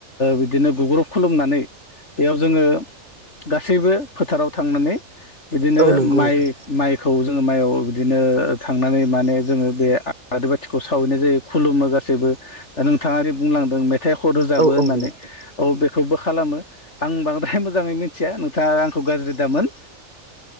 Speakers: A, on the left (about 50°); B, on the right (about 30°).
A: बिदिनो गग्रुब खुलुमनानै बेयाव जोङो गासैबो फोथाराव थांनानै बिदिनो
B: औ नंगौ
A: माइ
B: नोंथां
A: माइखौ जोङो माइआव बिदिनो थांनानै माने जोङो बे आदिबाथिखौ सावहैनाय जायो खुलुमो गासैबो दा नोंथाङा ओरै बुंलांदों आखाइ हर होजाबो
B: औ
A: होननानै
B: औ नंगौ
A: औ बेखौबो खालामो आं बांद्राय मोजाङै मि खोथिया नोंथाङा आंखौ गाज्रि दामोन